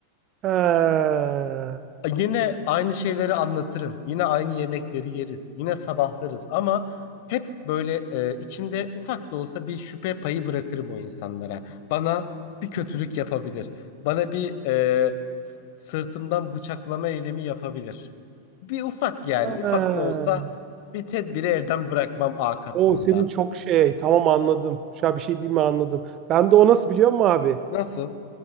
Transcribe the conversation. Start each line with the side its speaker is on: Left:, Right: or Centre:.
Right: Ha.
Left: Yine aynı şeyleri anlatırım. Yine aynı yemekleri yeriz. Yine sabahlarız ama hep böyle e, içimde ufak da olsa bir şüphe payı bırakırım o insanlara. Bana bir kötülük yapabilir. Bana bir e, s- sırtımdan bıçaklama eylemi yapabilir. Bir ufak yani
Right: Ha.
Left: ufak da olsa bir tedbiri elden bırakmam A katmanına.
Right: O senin çok şey tamam anladım. Şu an bir şey diyeyim mi anladım. Ben de o nasıl biliyor musun abi?
Left: Nasıl?